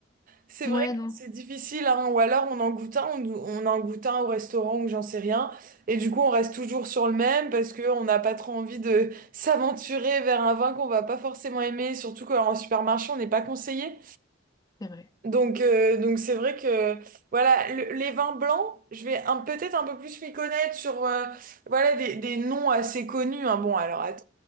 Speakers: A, on the right (about 45°); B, on the left (about 20°).
A: C'est
B: Ouais,
A: vrai que
B: non,
A: c'est difficile, hein. Ou alors on en goûte un, on, on en goûte un au restaurant ou j'en sais rien. Et du coup, on reste toujours sur le même parce qu'on n'a pas trop envie de <laughs> s'aventurer vers un vin qu'on va pas forcément aimer, surtout qu'en supermarché, on n'est pas conseillé.
B: c'est vrai.
A: Donc, euh, donc c'est vrai que voilà, le- les vins blancs, je vais un- peut-être un peu plus m'y connaître sur euh, voilà, des, des noms assez connus. hein. Bon, alors